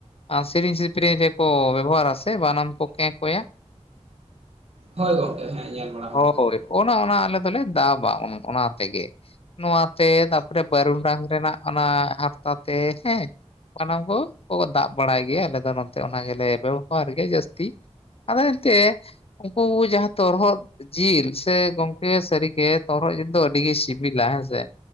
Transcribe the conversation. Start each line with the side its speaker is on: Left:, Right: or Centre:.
Left: ᱟᱨ ᱥᱮᱨᱮᱧ ᱥᱤᱯᱨᱮᱧ ᱨᱮ ᱠᱚ ᱵᱮᱵᱚᱦᱟᱨ-ᱟ ᱥᱮ ᱵᱟᱱᱟᱢ ᱠᱚ ᱠᱮᱸ ᱠᱚᱭᱟ
Right: ᱦᱳᱭ ᱜᱚᱝᱠᱮ ᱧᱮᱞ ᱵᱟᱲᱟ
Left: ᱦᱳᱭ
Right: ᱦᱩᱭ ᱟᱠᱟᱱ ᱜᱮᱭᱟ
Left: ᱚᱱᱮ ᱚᱱᱟ ᱟᱞᱮ ᱫᱚᱞᱮ ᱫᱟᱵᱟ ᱚᱱᱟ ᱛᱮᱜᱮ ᱱᱚᱣᱟ ᱛᱮ ᱛᱟᱨᱯᱚᱨᱮ ᱵᱟᱹᱨᱩᱰᱟᱝ ᱨᱮᱱᱟᱜ ᱚᱱᱟ ᱦᱟᱨᱛᱟ ᱛᱮ ᱦᱮᱸ ᱥᱟᱱᱟᱢ ᱠᱚᱠᱚ ᱫᱟᱯ ᱵᱟᱲᱟᱭ ᱜᱮᱭᱟ ᱟᱞᱮ ᱫᱚ ᱱᱚᱛᱮ ᱚᱱᱟ ᱜᱮᱞᱮ ᱵᱮᱵᱚᱦᱟᱨ ᱜᱮᱭᱟ ᱡᱟᱹᱥᱛᱤ ᱟᱫᱚ ᱮᱱᱛᱮ ᱩᱱᱠᱩ ᱡᱟᱦᱟᱸ ᱛᱚᱨᱚᱦᱚᱫ ᱡᱤᱞ ᱥᱮ ᱜᱚᱝᱠᱮ ᱥᱟᱹᱨᱤ ᱜᱮ ᱛᱚᱨᱦᱚᱫ ᱡᱤᱞ ᱫᱚ ᱟᱹᱰᱤ ᱜᱮ ᱥᱤᱵᱤᱞᱟ ᱦᱮᱸᱥᱮ